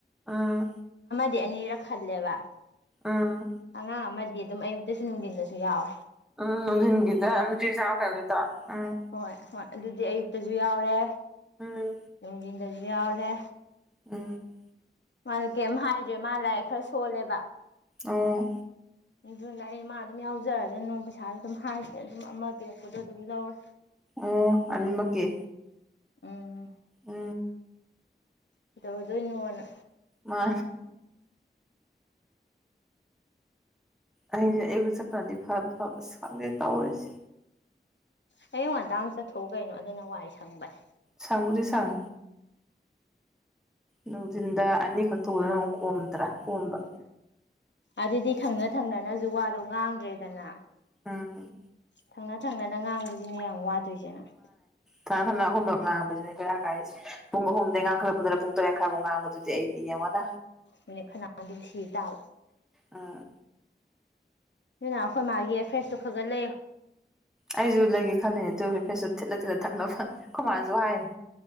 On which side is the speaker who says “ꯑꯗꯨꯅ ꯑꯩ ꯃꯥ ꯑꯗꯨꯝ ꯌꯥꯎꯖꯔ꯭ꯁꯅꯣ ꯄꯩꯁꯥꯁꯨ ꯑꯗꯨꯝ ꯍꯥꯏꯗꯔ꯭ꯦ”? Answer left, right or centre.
Left